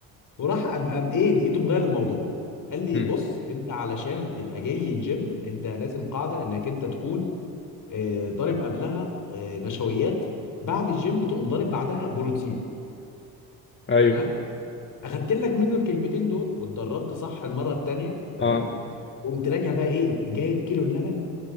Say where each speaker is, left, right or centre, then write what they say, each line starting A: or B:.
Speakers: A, on the left (about 50°); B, on the left (about 30°).
A: وراح أب- قام ايه لقيته مغير الموضوع قال لي
B: مم.
A: بص انت علشان تبقى جاي الجيم انت لازم قاعده انك انت تكون آه، ضارب قبلها آه، نشويات بعد الجيم تقوم ضارب بعدها بروتين
B: ايوه
A: تمام اخدت لك منه الكلمتين دول واتدربت صح المره التانيه تمام
B: اه
A: قمت راجع بقى ايه جايب كيلو اللبن